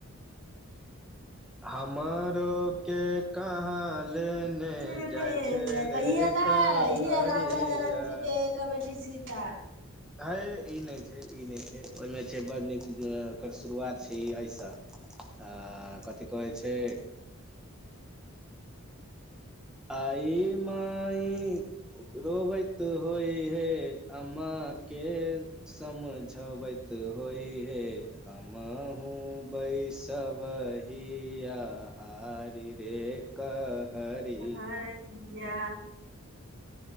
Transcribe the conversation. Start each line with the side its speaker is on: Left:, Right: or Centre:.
Centre: हमरो केँ कहाँ ले ने
Right: जय
Centre: जाइ छै
Right: तऽ
Centre: रे
Right: इहे तऽ
Centre: कहरिया
Right: है इहे राजा जनक जी के कमेटी सीता
Centre: हई ई नम छै ई नय छै ओहिमे छै बड़ नीक ओकर शुरुआत छै ई एहिसँ आ कथि कहै छै आई माई रोबैत होइहे अम्माँ केँ समझबैत होइहे हमहूँ बैसब हिया हा री रे कहरि
Right: अरया